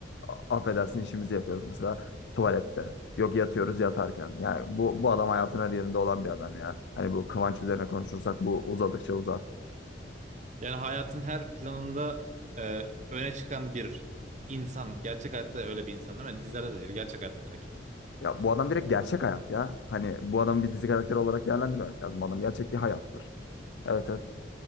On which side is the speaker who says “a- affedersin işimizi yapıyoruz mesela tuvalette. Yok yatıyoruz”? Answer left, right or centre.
Left